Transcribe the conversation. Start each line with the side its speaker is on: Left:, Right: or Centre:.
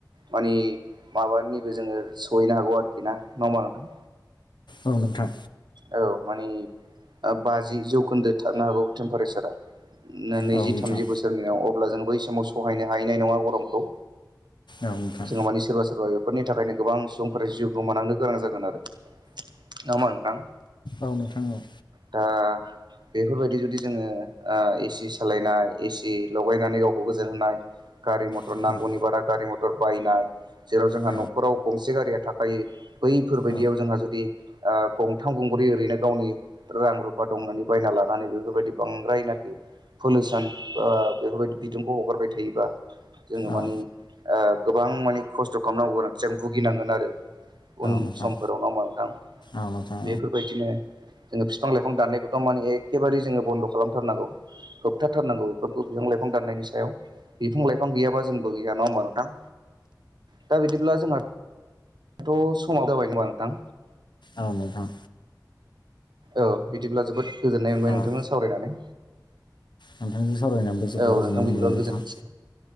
Right: मानि माबानिबो जोङो सहैनो हागौ आरोखि ना नङा होमबा नोंथां
Left: औ नोंथां
Right: औ माने बाजि जौखोन्दो थांनो हागौ टेम्पारेसारा नैजि
Left: औ नोंथां
Right: थामजि बोसोरनियाव अब्ला जों बै समाव सहायनो हायैनाय नङा गरमखौ
Left: औ नोंथां
Right: जोंहा माने सोरबा सोरबा बे फोरनि थाखायनो गोबां सुबुंफोरा जिउ गोमानांनो गोनां जागोन आरो नङा होमबा नोंथां
Left: औ नोंथां औ
Right: दा बेफोरबायदि जुदि जोङो एसि सालायनाय एसि लगायनानै गावखौ गोजोन होनाय गारि मथर
Left: औ
Right: नांगौनि बारा गारि मथर बायनाय जेराव जोंहा
Left: औ
Right: न'खराव गंसे गारिया थाखायो बैफोरबायदियाव
Left: औ
Right: जोंहा जुदि ओ गंथाम गंब्रै ओरैनो गावनि रां रुफा दं होननानै बायना लानानै बेफोरबायदि बांद्रायनाखि पलुसन ओ बेफोरबायदि बिदुंखौ हगारबाय थायोबा जोङो
Left: औ
Right: माने ओ गोबां माने खस्थ' खालामनांगौ गोनांथिजों भुगिनांगोन आरो उन
Left: नोंथां
Right: समफोराव नङा होमबा नोंथां
Left: औ नोंथां
Right: बेफोरबायदिनो जोङो बिफां -लाइफां दाननायखौथ' माने एखेबारे जोङो बन्द' खालामथारनांगौ। होबथाथारनांगौ बेफोरखौ बिफां लाइफां दान्नायनि सायाव बिफां लाइफां गैयाबा जोंबो गैया नङा होमबा नोंथां दा बिदिब्ला जोंहा दाथ' समा जाबाय जोंहा नोंथां
Left: औ नोंथां
Right: औ बिदिब्ला जोबोद गोजोननाय मोनबाय
Left: औ
Right: नोंथांजों सावरायनानै
Left: नोंथांजों सावरायनायबो जोबोद
Right: औ
Left: गोजोननाय
Right: नोंथां
Left: मोनबाय
Right: बिदिबा
Left: नोंथां।
Right: गोजोनथोंसै